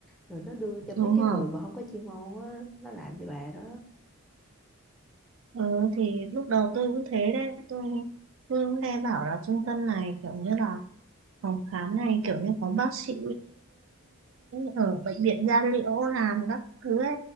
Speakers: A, in the centre; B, on the right (about 60°).
A: rồi nó đưa cho mấy
B: đúng
A: cái
B: rồi
A: người mà không có chuyên môn á nó làm cho bà đó.
B: ừ, thì lúc đầu tôi cũng thế đấy tôi tôi cũng nghe bảo là trung tâm này kiểu như là phòng khám này kiểu như có bác sĩ ở bệnh viện da liễu làm các thứ ấy